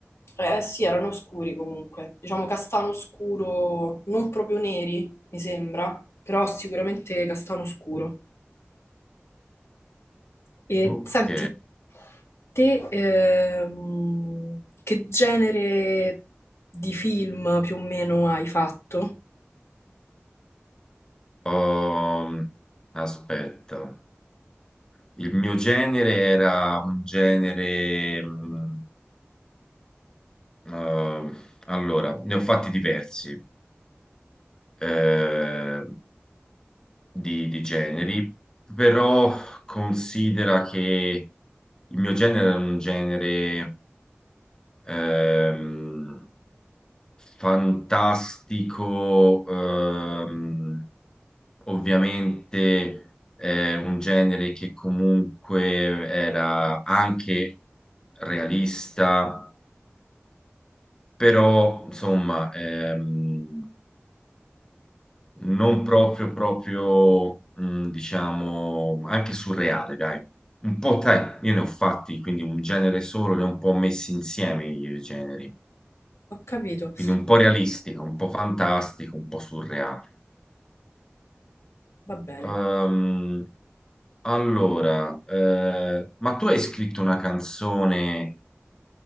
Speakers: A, on the left; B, on the left.
A: Eh sì, erano scuri comunque, diciamo castano scuro, non proprio neri, mi sembra, però sicuramente castano scuro. E
B: Ok.
A: senti, te ehm, che genere di film più o meno hai fatto?
B: Um, aspetta. Il mio genere era un genere... mm, eh, allora, ne ho fatti diversi eh, di, di generi, però considera che il mio genere era un genere... ehm, fantastico, ehm, ovviamente è un genere che comunque era anche realista, però insomma ehm, non proprio, proprio, mh, diciamo, anche surreale, dai. Un po', dai, io ne ho fatti, quindi un genere solo, li ho un po' messi insieme i generi,
A: Ho capito.
B: quindi un po' realistico, un po' fantastico, un po' surreale.
A: Va bene.
B: Ehm, allora, eh, ma tu hai scritto una canzone